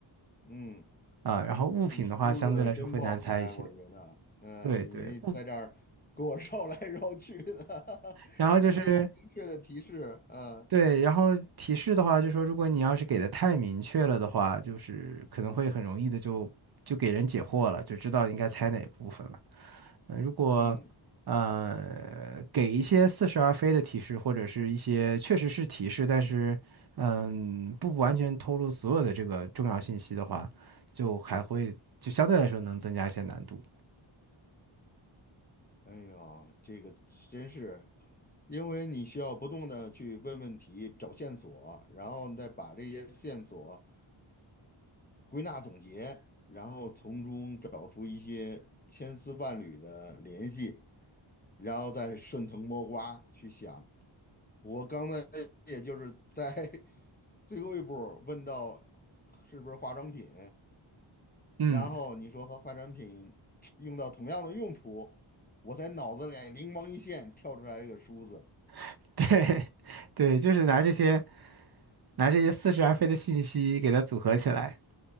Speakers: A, on the left; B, on the right.
A: 嗯。
B: 啊，然后物品的话，
A: 这个梳子真不好猜，
B: 相对来说会难猜一些。
A: 我觉得，嗯，
B: 对对，
A: 你在这儿给我
B: 物，
A: <laughs> 绕来绕去的，<laughs>
B: 然后就是
A: 又没有明确的提示，啊，
B: 对，然后提示的话，就说如果你要是给的太明确了的话，就是可能会很容易的就就给人解惑了，就知道应该猜哪部分了。呃如果呃给一些似是而非的提示，
A: 嗯，
B: 或者是一些确实是提示，但是嗯不完全透露所有的这个重要信息的话，就还会就相对来说能增加一些难度。
A: 哎呀，这个真是，因为你需要不断的去问问题、找线索，然后你再把这些线索归纳总结，然后从中找出一些千丝万缕的联系，然后再顺藤摸瓜去想。我刚才也就是在 <laughs> 最后一步儿问到是不是化妆品，
B: 嗯，
A: 然后你说和化妆品 <tsk> 用到同样的用途，我在脑子里灵光一现，跳出来一个梳子，
B: <laughs> 对对，就是拿这些拿这些似是而非的信息给它组合起来。